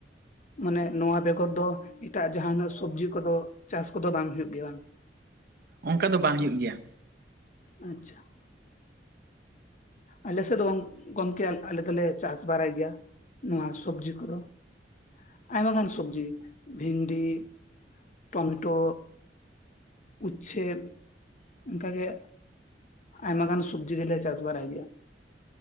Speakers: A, on the left; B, on the right.
A: ᱢᱟᱱᱮ ᱱᱚᱣᱟ ᱵᱮᱜᱚᱨ ᱫᱚ ᱮᱴᱟᱜ ᱡᱟᱦᱟᱸ ᱱᱟᱜ ᱥᱚᱵᱽᱡᱤ ᱠᱚᱫᱚ ᱪᱟᱥ ᱠᱚᱫᱚ ᱵᱟᱝ ᱦᱩᱭᱩᱜ ᱜᱮᱭᱟ ᱵᱟᱝ?
B: ᱚᱱᱠᱟ ᱫᱚ ᱵᱟᱝ ᱦᱩᱭᱩᱜ ᱜᱮᱭᱟ
A: ᱟᱪᱪᱷᱟ ᱾ ᱟᱞᱮ ᱥᱮᱫ ᱫᱚ ᱵᱟᱝ ᱜᱚᱢᱠᱮ, ᱟᱞᱮ ᱫᱚᱞᱮ ᱪᱟᱥ ᱵᱟᱲᱟᱭ ᱜᱮᱭᱟ ᱱᱚᱣᱟ ᱥᱚᱵᱡᱽᱤ ᱠᱚᱫᱚ ᱾ ᱟᱭᱢᱟ ᱜᱟᱱ ᱥᱚᱵᱽᱡᱤ ᱵᱷᱤᱱᱰᱤ, ᱴᱚᱢᱮᱴᱳᱼᱼ ᱩᱪᱪᱷᱮᱫ ᱚᱱᱠᱟᱜᱮᱼᱼ ᱟᱭᱢᱟ ᱜᱟᱱ ᱥᱚᱵᱽᱡᱤ ᱜᱮᱞᱮ ᱪᱟᱥ ᱵᱟᱲᱟᱭ ᱜᱮᱭᱟ ᱾